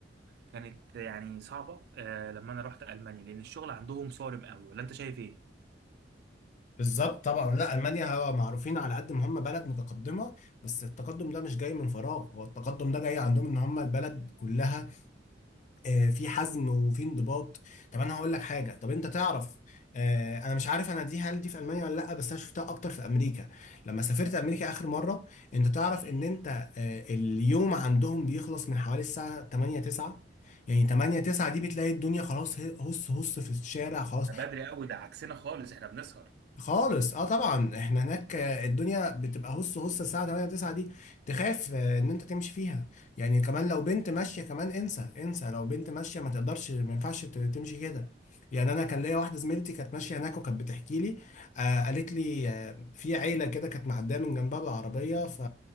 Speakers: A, on the right (about 60°); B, on the left (about 40°).
A: كانت يعني صعبة آه لما أنا رحت ألمانيا لأن الشغل عندهم صارم قوي ولا أنت شايف إيه؟
B: بالظبط طبعا لا المانيا هو معروفين على قد ما هم بلد متقدمه بس التقدم ده مش جاي من فراغ هو التقدم ده جاي عندهم ان هم البلد كلها آه، في حزم وفي انضباط طب انا هقول لك حاجه طب انت تعرف آه، انا مش عارف انا دي هل دي في المانيا ولا لا بس انا شفتها اكتر في امريكا لما سافرت امريكا اخر مره انت تعرف ان انت آه، اليوم عندهم بيخلص من حوالي الساعه 8 9 يعني 8 9 دي بتلاقي الدنيا خلاص هي- هص هص في الشارع خلاص
A: ده بدري قوي ده عكسنا خالص احنا بنسهر
B: خالص اه طبعا احنا هناك آه، الدنيا بتبقى هص هص الساعه 8 9 دي تخاف آه، ان انت تمشي فيها يعني كمان لو بنت ماشيه كمان انسى انسى لو بنت ماشيه ما تقدرش ما ينفعش ت- تمشي كده يعني انا كان ليا واحده زميلتي كانت ماشيه هناك وكانت بتحكي لي آه قالت لي آه في عيله كده كانت معديه من جنبها بالعربيه ف